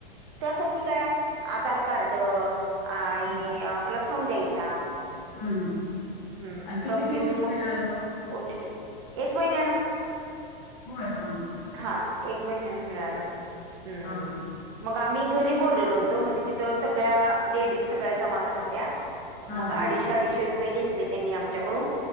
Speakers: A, on the right; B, on the left.
A: त्यासाठी काय आधार कार्ड आणि
B: हं,
A: आपलं थम द्यायचा.
B: हं हं
A: हं
B: आणि किती
A: थम्ब
B: दिवसात
A: देऊन मग
B: मिळालं
A: ओटीपी येतो. एक महिन्यान
B: होय हा हं
A: हा एक महिन्यान मिळालं हं
B: हां, हां, हां.
A: मग आम्ही घरी बोलवलेल होतो, म्हणजे तिथं सगळ्या लेडीज सगळ्या जमा झाल्या होत्या.
B: हां,
A: मग
B: हां,
A: अडीचशे,
B: हां.
A: अडीचशे रुपये घेतले त्यांनी आमच्याकडून